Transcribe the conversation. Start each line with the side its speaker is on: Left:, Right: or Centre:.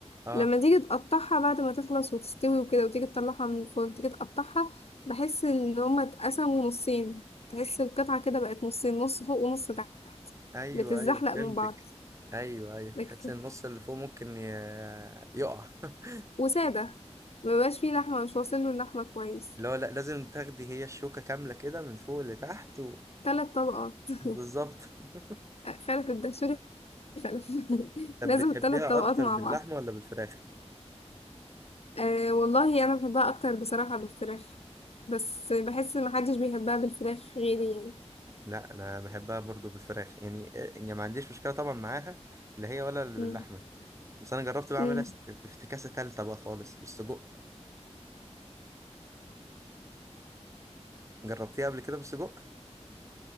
Right: اه
Left: لما تيجي تقطعها بعد ما تخلص وتستوي وكده وتيجي تطلعها من الفرن تيجي تقطعها بحس ان هما اتقسموا نصين تحس القطعه كده بقت نصين نص فوق ونص تحت
Right: ايوه
Left: بتتزحلق
Right: ايوه فهمتك
Left: من بعض
Right: ايوه ايوه
Left: لكن-
Right: تحس ان النص اللي فوق ممكن ي- يقع <laughs>
Left: وساده مبقاش فيه لحمه مش واصله اللحمه كويس
Right: لا لا لازم تاخدي هي الشوكة كاملة كده من فوق لتحت و...
Left: ثلاث طبقات <laughs>
Right: بالظبط <laughs>
Left: خلف الدهشوري فلفل <laughs>
Right: طب
Left: لازم
Right: بتحبيها
Left: الثلاث طبقات
Right: أكتر
Left: مع
Right: باللحمة
Left: بعض
Right: ولا بالفراخ؟
Left: أه والله انا بحبها اكتر بصراحة بالفراخ بس بحس محدش بيحبها بالفراخ غيري يعني
Right: لا أنا بحبها برضو بالفراخ يعني آه، يعني ما عنديش مشكلة طبعا معاها لا هي ولا اللي باللحمة
Left: مم.
Right: بس أنا جربت بعملها
Left: مم.
Right: است- بافتكاسة تالتة بقى خالص بالسجق جربتيها قبل كده بالسجق؟